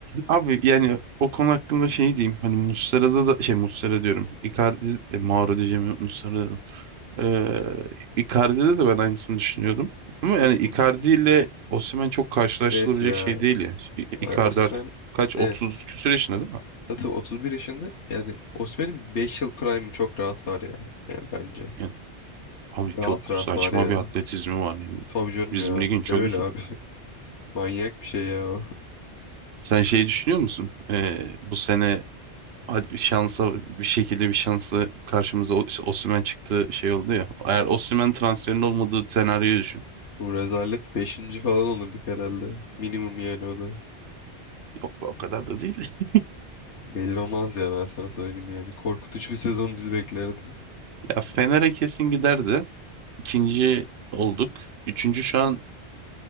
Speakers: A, on the right; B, on the left.
A: Abi yani o konu hakkında şey diyeyim. Hani Muslera'da da şey Muslera diyorum. Icardi, e, Mauro diyeceğim Muslera dedim. Ee, Icardi'de de ben aynısını düşünüyordum. Ama yani
B: Hı
A: Icardi
B: hı.
A: ile Osimhen çok karşılaştırılabilecek
B: Evet ya.
A: şey değil ya. İ-
B: O-
A: Icardi
B: Osimhen
A: artık kaç
B: evet.
A: 30 küsur yaşında değil mi?
B: Tabii 31 yaşında. Yani Osimhen'in 5 yıl prime'ı çok rahat var ya. Yani bence.
A: Yani abi
B: Rahat
A: çok
B: rahat
A: saçma
B: var ya.
A: bir atletizmi var yani.
B: Tabii canım
A: Bizim
B: ya.
A: ligin
B: Ne
A: çok
B: öyle
A: üstünde.
B: abi. <laughs> Manyak bir şey ya o.
A: Sen şey düşünüyor musun? Ee, bu sene hadi bir şansa bir şekilde bir şansla karşımıza o- işte Osimhen çıktı şey oldu ya. Eğer Osimhen transferinin olmadığı senaryoyu düşün.
B: Bu rezalet 5. falan olurduk herhalde. Minimum yani o da.
A: Yok be o kadar da değil. <laughs>
B: Belli olmaz ya ben sana söyleyeyim yani. Korkutucu bir sezon bizi beklerdi.
A: Ya Fener'e kesin giderdi. İkinci olduk. Üçüncü şu an